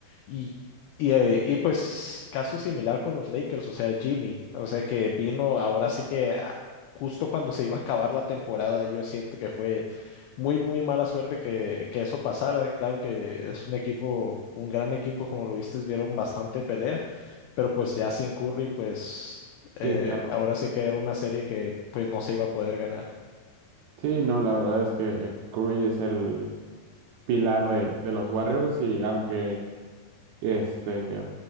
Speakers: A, on the left (about 85°); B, on the right (about 80°).
A: Y, y, eh, y, pues caso similar con los Lakers, o sea, Jimmy, o sea, que vino ahora sí que ah, justo cuando se iba a acabar la temporada, yo siento que fue muy, muy mala suerte que, que eso pasara. Claro que es un equipo, un gran equipo, como lo viste, vieron bastante pelea, pero pues ya sin Curry, pues eh,
B: Sí, claro.
A: ahora sí que era una serie que pues no se iba a poder ganar.
B: Sí, no, la verdad es que Curry es el pilar de, de los Warriors y aunque Este,